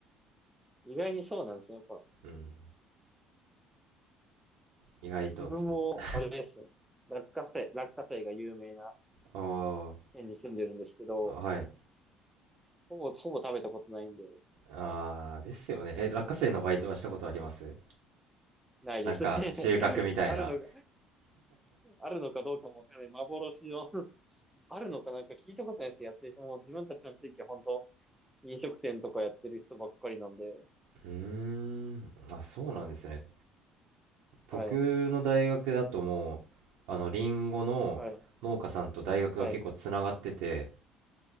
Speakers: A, in the centre; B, on the right (about 75°).
A: 意外にそうなんですね。やっぱ、
B: うん、意外と、
A: 自分も、
B: そう、
A: あれですね。落花生、落花生が有名な
B: あ
A: 県に住んでるんですけど、
B: ー、はい。
A: ほぼ、ほぼ食べたことないんで、
B: あー、ですよね。え、落花生のバイトはしたことあります
A: ないですね。
B: なんか、収穫みたいな。
A: <laughs> あるのか、あるのかどうかもわからない。幻の <laughs> あるのかなんか聞いたことないです。やってる人も、自分たちの地域は本当飲食店とかやってる人ばっかりなんで、
B: うーん、あ、そうなんですね。
A: はい、
B: 僕の大学だともう、あの、リンゴの農家さんと大学が結構つながってて、
A: はい、はい、